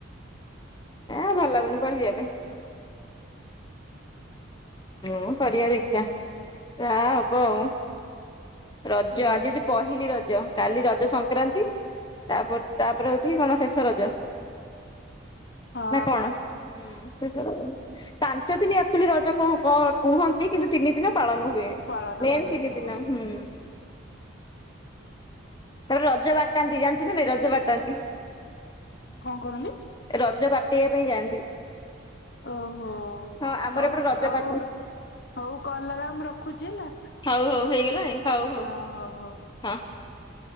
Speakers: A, on the left (about 20°); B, on the left (about 55°).
A: ଏ ଭଲ ଲାଗୁନି କୁଆଡେ ଯିବା ପାଇଁ ହଁ କରିବା ଦେଖିବା ଯାହା ହବ ଆଉ ରଜ
B: ହଁ
A: ଆଜି ହଉଛି ପହିଲି ରଜ କାଲି ରଜ ସଂକ୍ରାନ୍ତି। ତାପ ତାପରେ ହୋଉଚି କଣ ଶେଷ ରଜ।
B: ହଁ
A: ନା କଣ? ହୁଁ <unintelligible> ପାଞ୍ଚ ଦିନ ଆକ୍ଚୁଆଲି ରଜ କ କୁହନ୍ତି କିନ୍ତୁ ତିନି ଦିନ ପାଳନ ହୁଏ।
B: ପାଳନ
A: ମେନ୍
B: କରନ୍ତି
A: ତିନି
B: ହଁ।
A: ଦିନ ହୁଁ।
B: <inaudible>
A: ତାପରେ ରଜ ବାଟାନ୍ତି ଜାଣିଚୁ ନା ନାଇଁ ରଜ ବାଟାନ୍ତି।
B: କଣ କରନ୍ତି?
A: ରଜ ବାଟେଇବା ପାଇଁ ଯାଆନ୍ତି।
B: ଓହୋ
A: ହଁ ଆମର
B: ହଉ
A: ଏପଟେ ରଜ
B: ଆଉ
A: ବାଟ
B: ହଉ କଲ ଲଗା ମୁଁ ରଖୁଛି ହେଲା।
A: ହଉ ହଉ ହେଇଗଲାଣି ହଉ ହଉ
B: ହଁ ହଉ ହଉ।
A: ହଁ।